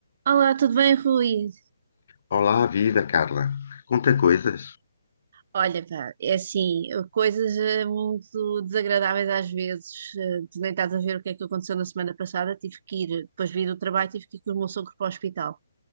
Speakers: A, on the right; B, on the left.
A: Olá, tudo bem, Rui?
B: Olá, viva Carla. Conta coisas.
A: Olha, pá, é assim, eh, coisas eh, muito desagradáveis às vezes. eh, Tu nem estás a ver o que é que aconteceu na semana passada. Tive que ir, depois vim do trabalho, tive que ir com o meu sogro para o hospital.